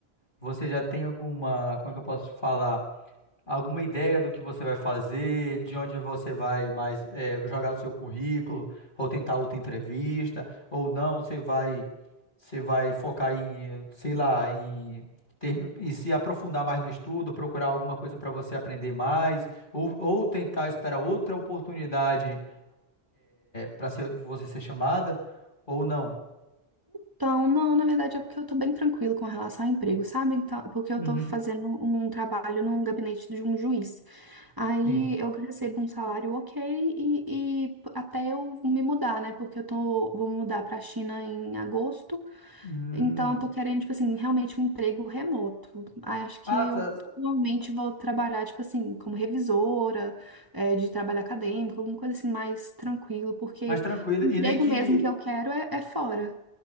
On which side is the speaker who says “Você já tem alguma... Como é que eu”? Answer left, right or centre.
Left